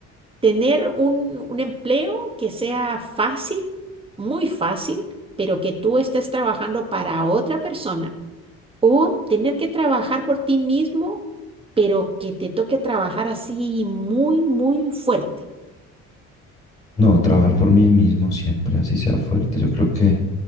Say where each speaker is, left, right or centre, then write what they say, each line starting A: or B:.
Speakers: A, on the right; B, on the left.
A: ¿Tener un, un empleo que sea fácil, muy fácil, pero que tú estés trabajando para otra persona? O tener que trabajar por ti mismo, pero que te toque trabajar así muy, muy fuerte.
B: No, trabajar por mí mismo siempre, así sea fuerte. Yo creo que